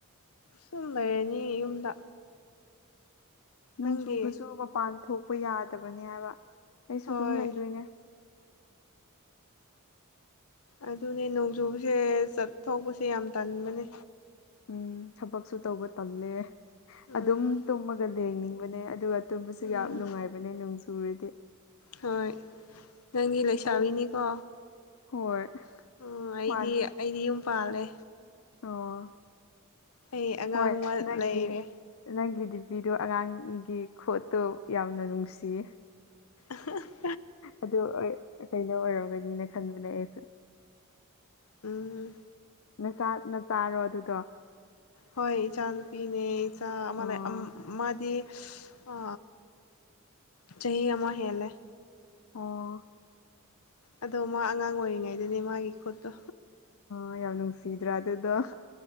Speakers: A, on the left; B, on the left.
A: ꯁꯨꯝ ꯂꯩꯔꯅꯤ ꯌꯨꯝꯗ
B: ꯅꯣꯡ
A: ꯅꯪꯗꯤ
B: ꯆꯨꯕꯁꯨ ꯃꯄꯥꯟ ꯊꯣꯛꯄ ꯌꯥꯗꯕꯅꯦ ꯍꯥꯏꯕ ꯑꯩꯁꯨ
A: ꯍꯣꯏ
B: ꯑꯗꯨꯝ ꯂꯩꯗꯣꯏꯅꯦ
A: ꯑꯗꯨꯅꯦ ꯅꯣꯡꯖꯨꯁꯦ ꯆꯠꯊꯣꯛꯄꯁꯦ ꯌꯥꯝ ꯇꯟꯕꯅꯦ
B: ꯎꯝ ꯊꯕꯛꯁꯨ ꯇꯧꯕ ꯇꯜꯂꯦ꯫
A: ꯎꯝ
B: ꯑꯗꯨꯝ ꯇꯨꯝꯃꯒ ꯂꯦꯡꯅꯤꯡꯕꯅꯦ ꯑꯗꯨꯒ ꯇꯨꯝꯕꯁꯨ
A: ꯎꯝ
B: ꯌꯥꯝ ꯅꯨꯡꯉꯥꯏꯕꯅꯦ ꯅꯣꯡ ꯆꯨꯔꯗꯤ꯫
A: ꯍꯣꯏ ꯅꯪꯗꯤ ꯂꯩꯁꯥꯕꯤꯅꯤꯀꯣ꯫
B: ꯑꯩ ꯍꯣꯏ꯫
A: ꯎꯝ ꯑꯩꯗꯤ
B: ꯃꯥꯅꯦ
A: ꯑꯩꯗꯤ ꯌꯨꯝ ꯄꯥꯜꯂꯦ꯫
B: ꯑꯣ
A: ꯑꯩ ꯑꯉꯥꯡ
B: ꯍꯣꯏ
A: ꯑꯃ
B: ꯅꯪꯒꯤ
A: ꯂꯩꯔꯦ꯫
B: ꯅꯪꯒꯤ ꯗꯤꯄꯤꯗꯣ ꯑꯉꯥꯡꯒꯤ ꯈꯣꯠꯇꯣ ꯌꯥꯝꯅ ꯅꯨꯡꯁꯤꯌꯦ꯫
A: ꯫
B: ꯑꯗꯨ ꯀꯩꯅꯣ ꯑꯣꯏꯔꯝꯒꯅꯤꯅ ꯈꯟꯕꯅꯦ ꯑꯩꯁꯨ꯫
A: ꯎꯝ꯫
B: ꯅꯆꯥ ꯅꯆꯥꯔꯣ ꯑꯗꯨꯗꯣ꯫
A: ꯍꯣꯏ ꯆꯥꯅ ꯄꯤꯅꯦ ꯆ ꯑꯃ
B: ꯑꯣ
A: ꯃꯥꯗꯤ ꯑ ꯆꯍꯤ ꯑꯃ ꯍꯦꯜꯂꯦ
B: ꯑꯣ
A: ꯑꯗꯣ ꯃꯥ ꯑꯉꯥꯡ ꯑꯣꯏꯔꯤꯉꯩꯗꯨꯅꯦ ꯃꯥꯒꯤ ꯈꯨꯣꯠꯇꯣ
B: ꯑ ꯌꯥꯎ ꯅꯨꯡꯁꯤꯗ꯭ꯔꯥ ꯑꯗꯨꯗ